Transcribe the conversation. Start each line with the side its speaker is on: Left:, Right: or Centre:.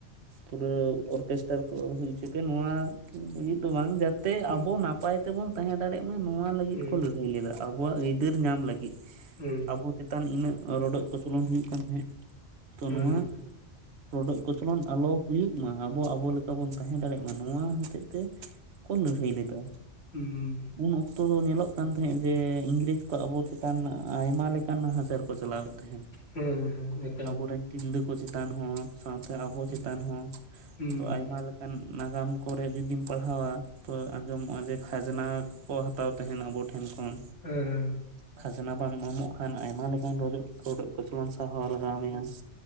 Right: ᱯᱩᱨᱟᱹ ᱚᱨᱠᱮᱥᱴ ᱰᱠᱟᱨ ᱠᱚ ᱦᱩᱭᱪᱚ ᱯᱮ ᱱᱚᱣᱟ ᱞᱟᱹᱜᱤᱫ ᱫᱚ ᱵᱟᱝ ᱡᱟᱛᱮ
Left: ᱦᱩᱸ
Right: ᱟᱵᱚ ᱱᱟᱯᱟᱭ ᱛᱮᱵᱚᱱ ᱛᱟᱦᱮᱸ ᱫᱟᱲᱮᱮᱜ ᱱᱚᱣᱟ ᱞᱟᱹᱜᱤᱫ
Left: ᱦᱩᱸ
Right: ᱠᱚ ᱞᱟᱹᱲᱦᱟᱹᱭ ᱞᱮᱫᱟ ᱟᱵᱚᱣᱟᱜ ᱟᱹᱭᱫᱟᱹᱨ ᱧᱟᱢ ᱞᱟᱹᱜᱤᱫ
Left: ᱦᱩᱸ
Right: ᱟᱵᱚ ᱪᱮᱛᱟᱱ ᱤᱱᱟᱹᱜ ᱨᱚᱰᱚᱡ ᱠᱚᱪᱚᱞᱚᱱ ᱦᱩᱭᱩᱜ ᱠᱟᱱ ᱛᱟᱦᱮᱸᱫ ᱛᱚ
Left: ᱦᱩᱸ
Right: ᱱᱚᱣᱟ ᱨᱚᱰᱚᱡ ᱠᱚᱪᱞᱚᱱ ᱟᱞᱚ ᱦᱩᱭᱩᱜ ᱢᱟ ᱟᱵᱚ ᱟᱵᱚ ᱞᱮᱠᱟ ᱵᱚᱱ ᱛᱟᱦᱮᱸ ᱫᱟᱲᱮᱭᱟᱜ ᱢᱟ ᱱᱚᱣᱟ ᱦᱚᱛᱮᱡ ᱛᱮ ᱠᱩ ᱞᱟᱹᱲᱦᱟᱹᱭ ᱞᱮᱫᱟ᱾
Left: ᱦᱩᱸ
Right: ᱩᱱ ᱚᱠᱛᱚ ᱫᱚ ᱧᱮᱞᱚᱜ ᱠᱟᱱ ᱛᱟᱦᱮᱸᱜ ᱡᱮ ᱤᱝᱨᱮᱡᱽ ᱠᱚᱣᱟᱜ ᱟᱵᱚ ᱪᱮᱛᱟᱱ ᱟᱭᱢᱟ ᱞᱮᱠᱟᱱ ᱱᱟᱦᱟᱪᱟᱨ ᱠᱚ ᱪᱟᱞᱟᱣᱮᱫ ᱛᱟᱦᱮᱸᱫ᱾
Left: ᱦᱮᱸ ᱦᱮᱸ ᱮᱠᱟᱱ
Right: ᱟᱵᱚᱨᱮᱱ ᱛᱤᱨᱞᱟᱹ ᱠᱚ ᱪᱮᱛᱟᱱ ᱦᱚᱸ ᱥᱟᱶᱛᱮ ᱟᱵᱚ
Left: ᱦᱩᱸ
Right: ᱪᱮᱛᱟᱱ ᱦᱚᱸ
Left: ᱦᱩᱸ
Right: ᱟᱭᱢᱟ ᱞᱮ ᱱᱟᱜᱟᱢ ᱠᱚᱨᱮ ᱡᱩᱫᱤᱢ ᱯᱟᱲᱦᱟᱣᱟ ᱛᱚ ᱟᱸᱡᱚᱢᱚᱜᱼᱟ ᱡᱮ ᱠᱷᱟᱡᱽᱱᱟ ᱠᱚ ᱦᱟᱛᱟᱣ ᱛᱟᱦᱮᱱᱟ ᱟᱵᱚ ᱴᱷᱮᱱ ᱠᱷᱚᱱ᱾
Left: ᱦᱮᱸ
Right: ᱠᱷᱟᱡᱽᱱᱟ ᱵᱟᱢ ᱮᱢᱚᱜ ᱠᱷᱟᱱ ᱟᱭᱢᱟ ᱞᱮᱠᱟᱱ ᱨᱰᱚᱜ ᱨᱚᱰᱚᱜ ᱠᱚᱪᱚᱞᱚᱱ ᱥᱟᱦᱟᱣ ᱞᱟᱜᱟᱣ ᱢᱮᱭᱟ᱾